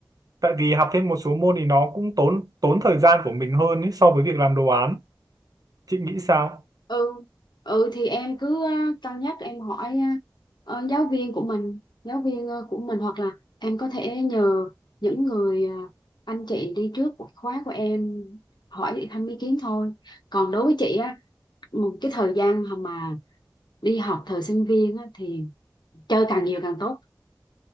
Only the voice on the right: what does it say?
Tại vì học thêm một số môn thì nó cũng tốn tốn thời gian của mình hơn ấy, so với việc làm đồ án. Chị nghĩ sao?